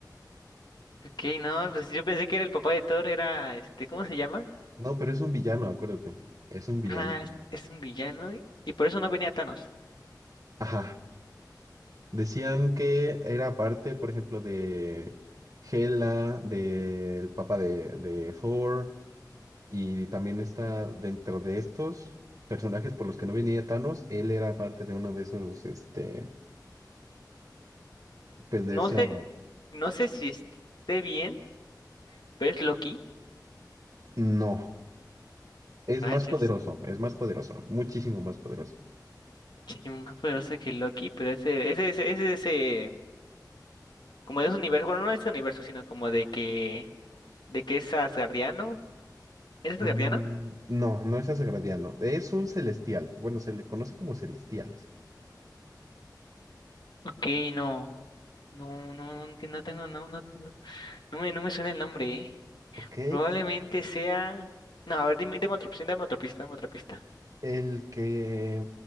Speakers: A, on the left; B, on the right.
A: Ok, no, pues yo pensé que era el papá de Thor, era este, ¿cómo se llama?
B: No, pero es un villano, acuérdate. Es un villano.
A: Ah, es, es un villano y y por eso no venía Thanos.
B: Ajá. Decían que era parte, por ejemplo, de Hela, del Papa de, de Thor, y también está dentro de estos personajes por los que no venía Thanos, él era parte de uno de esos, este, pues de
A: No
B: esa...
A: sé, no sé si esté bien, pero es Loki.
B: No, es
A: Rayos,
B: más poderoso, es más poderoso, muchísimo más poderoso.
A: que es más poderoso que Loki, pero ese, ese, ese, ese, ese como de ese universo, bueno, no de ese universo, sino como de que, de que es asgardiano. ¿Es asgardiano?
B: Mm, No, no es Asgardiano, es un celestial, bueno, se le conoce como celestiales,
A: Ok, no, no, no, no, enti- no tengo, no, no, no, no me, no me suena el nombre, ¿eh?
B: ¿ok?
A: Probablemente sea, no, a ver, dime, dame otra opción, dame otra pista, dame otra pista.
B: El que,